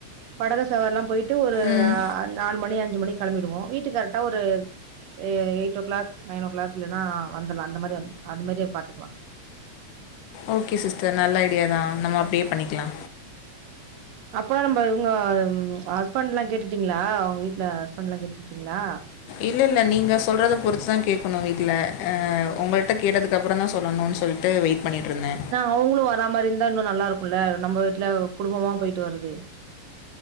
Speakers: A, on the right (about 75°); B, on the left (about 75°).
A: படகு சவாரில்லா போய்ட்டு ஒரு
B: ம்
A: நாலு மணி அஞ்சி மணி கெளம்பிடுவோ வீட்டுக்கு கரெக்டா ஒரு அ eight o'clock nine o'clock இல்லனா வந்துர்லா அந்த மாரி வந் அந்த மாரியே பாத்துக்கலா
B: ஓகே சிஸ்டர் நல்ல ஐடியா தா நம்போ அப்டியே பண்ணிக்கலா
A: அப்போற நம்ப இவுங்க ஹஸ்பண்ட்லா கேட்டுட்டீங்ளா அவுங்க வீட்ல ஹஸ்பண்ட்லா கேட்டுட்டீங்ளா
B: இல்ல இல்ல நீங்க சொல்றத பொறுத்துதா கேக்கனு வீட்ல அ உங்கள்ட்ட கேட்டதுக்கு அப்புறோ தா சொல்லனுன் சொல்ட்டு வெயிட் பண்ணிட்ருந்தே
A: அவுங்களு வரா மாரி இருந்தா இன்னு நல்லா இருக்குல்ல நம்ப வீட்ல குடும்பமா போயிட்டு வரது